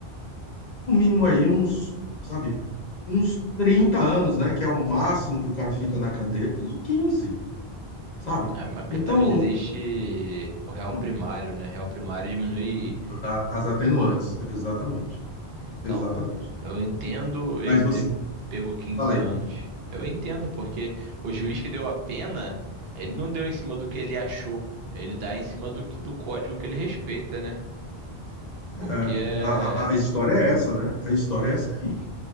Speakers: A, on the left; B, on the right.
A: No mínimo aí uns, sabe, uns 30 anos, né? Que é o máximo que o cara fica na cadeia. Pegou 15, sabe?
B: É, mas porque
A: Então,
B: também existe o réu
A: hum,
B: primário, né? Réu primário diminui.
A: exa- as atenuantes, exatamente.
B: Então,
A: Exatamente.
B: eu entendo
A: Mas
B: ele
A: você,
B: ter pego 15
A: fala aí.
B: anos. Eu entendo, porque o juiz que deu a pena, ele não deu em cima do que ele achou. Ele dá em cima do, que- do código que ele respeita, né? Porque
A: é,
B: é.
A: a, a a história é essa, né? A história é essa aí.